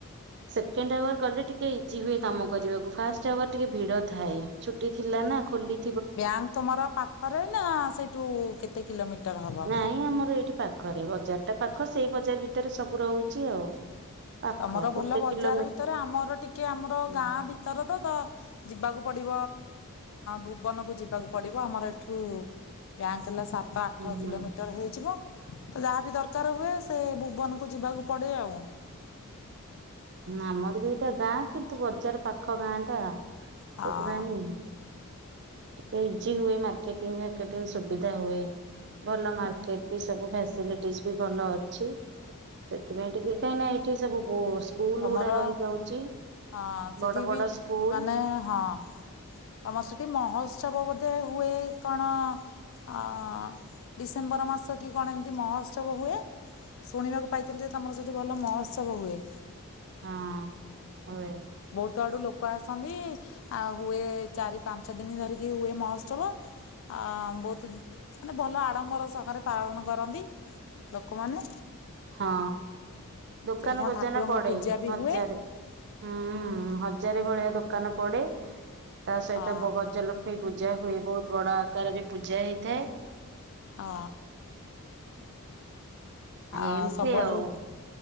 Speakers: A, on the right; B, on the left.
A: ସେକେଣ୍ଡ ଆୱାର ଗଲେ ଟିକେ ଇଜି ହୁଏ କାମ କରିବାକୁ ଫାଷ୍ଟ ଆୱାର ଟିକେ ଭିଡ ଥାଏ ଛୁଟି ଥିଲା ନା ଖୋଲି
B: ବ୍ୟାଙ୍କ ତମର ପାଖରେ ନା ସେଇଠୁ କେତେ କିଲୋମିଟର ହବ
A: ନାଇଁ ଆମର ଏଇଠି ପାଖରେ ବଜାର ଟା ପାଖ ସେଇ ବଜାର ଭିତରେ ସବୁ ରହୁଛି ଆଉ ପାଖ
B: ତମର ଭଲ
A: ଗୋଟେ
B: ବଜାର
A: କିଲୋମିଟର
B: ଭିତରେ ଆମର ଟିକେ ଆମର
A: ହୁଁ
B: ଗାଁ ଭିତରେ ତ ତ ଯିବାକୁ ପଡ ଭୁବନକୁ ଯିବାକୁ ପଡ ଆମରଠୁଙ୍କ ହେଲା ସାତ ଆଠ
A: ହୁଁ।
B: କିଲୋମିଟର ହେଇଯିବ ତ ଯାହା ବିି ଦରକାର ହୁଏ ସେ ଭୁବନକୁ ଯିବାକୁ ପଡେ ଆଉ
A: ଆମର ବି ଏଇଟା ଗାଁ କିନ୍ତୁ ବଜାର ପାଖ ଗାଁ ଟା
B: ହଁ
A: ସେଥିପାଇଁ କେଯି ହୁଏ। ମାର୍କେଟି ଫାର୍କେଟିଂ ସୁବିଧା ହୁଏ। ଭଲ ମାର୍କେଟ ବି ସବୁ ଫସିଲିଟି ବି ଭଲ ଅଛି, ସେଥିପାଇଁ ଟିକେ କାହିଁ ଏଇଠି ସବୁ ସ୍କୁଲ
B: ତମର
A: ଗୁଡା ରହିଯାଉଛି
B: ହଁ ସେଠି
A: ବଡ ବଡ
B: ବି
A: ସ୍କୁଲ
B: ମାନେ ହଁ ତମର ସେଠି ମହ ଉତ୍ସବ ବୋଧେ ହୁଏ କଣ ଅ ଡିସେମ୍ବର ମାସ କି କଣ ଏମିତି ମହୋତ୍ସବ ହୁଏ। ଶୁଣିବାକୁ ପାଇଥିଲି ଯେ ତମର ସେଠି ଭଲ ମହୋତ୍ସବ ହୁଏ।
A: ହଁ ହଏ
B: ବହୁତ ଆଡୁ ଲୋକ ଆସନ୍ତି ଆ ହୁଏ। ଚାରି ପାଞ୍ଚ ଦିନ ଧରିକି ହୁଏ। ମହୋତ୍ସବ ଆ ବହୁତ ମାନେ ଭଲ ଆଡମ୍ବର ସଖରେ ପାଳନ କରନ୍ତି ଲୋକମାନେ।
A: ହଁ ଦୋକାନ
B: ସେଠି କଣ
A: ବୋଜାନ
B: ଠାକୁରଙ୍କ
A: ପଡେ
B: ପୂଜା ବି
A: ହଜାରେ
B: ହୁଏ
A: ହୁଁ ହଁ ହଜାରେ ଭଳିଆ ଦୋକାନ ପଡେ ତା ସହିତ
B: ହଁ
A: ବଗଜାଲ ପୂଜା ହୁଏ ବହୁତ ବଡ ଆକାରରେ ପୂଜା ହେଇଥାଏ।
B: ହଁ ଆ
A: ଏମତି
B: ସବୁଆଡୁ
A: ଆଉ